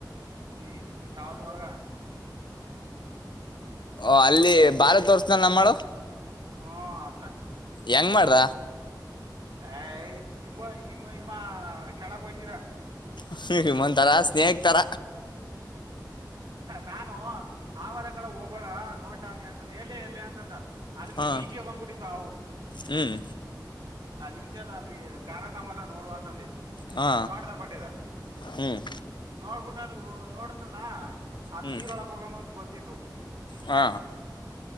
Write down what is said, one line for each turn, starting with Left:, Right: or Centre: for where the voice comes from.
Right: ನೀ ಇಲ್ಲಿ ಕಾವಾಲಿ ಒಳಗ
Left: ಓ ಅಲ್ಲಿ ಭಾರತ್ ತೋರ್ಸನ ನಮ್ಮು
Right: ಹ್ಮ ಅದನ್ನ
Left: ಹೆಂಗ್ ಮಾಡ್ರ
Right: ಅಯ ಇ ಇಮ್ಮ ಇಮ್ಮ ಕೆಳಕ್ ಹೋಯ್ತಿದ
Left: ಹಮ ತರ ಸ್ನೇಹಕ್ ತರ
Right: ಹ ನಾನು ಆವರ ಕಡೆ ಹೋಗ್ಬೇಡ ನೋಡ್ಡಳಿ ಅಂತಂದ ಎಲ್ಲಿ ಎಲ್ಲ ಅಂತಂದ ಅ್ರ
Left: ಹಾ
Right: ಮೀಚಿಗೆ ಬನ್ ಕುುಟ್ಟಿ ಹಾವು
Left: ಹ್ಮ್
Right: ಅಲ್ಲಿ ಈಚಾರ ಅಲ್ಲಿ ಗಾರತ ಮರ ನೋಡುವಂತಂದೆ
Left: ಹಾ
Right: ನೋಡ್ದ ಬಟ್ಟದ
Left: ಹ್ಮ್
Right: ನೋಡ್ಬಿಟ್ಟು ಅದು ನೋಡದ್ನಲ್ಲ ಅದು
Left: ಹ್ಮ್
Right: ನೀರೊಳಕ್ ಹೋಗಂದ ಬರ್ತಿತ್ತು
Left: ಹಾ